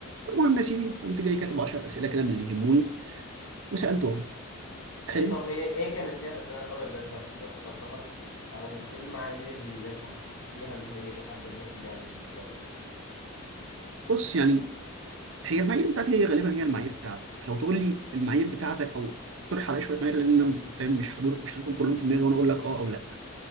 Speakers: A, on the right; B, on the left.
A: المهم يا سيدي قمت جاي كاتب 10 اسئله كده من اللي يهموني وسالتهم حلو
B: ايه طب هي ايه كانت هي الاسئله يا ترى اللي انت ب- اخترتها او ايه المعايير اللي انت حسيت فيها ان هي دي حد مناسب يعني بالنسبه لك؟
A: بص يعني هي المعايير بتاعتي هي غالبا هي المعايير بتاعتك فلو تقول لي المعايير بتاعتك او تقترح عليا شويه معايير لان انا فاهم مش حاضر مش حاططهم كلهم في دماغي وانا اقول لك اه او لا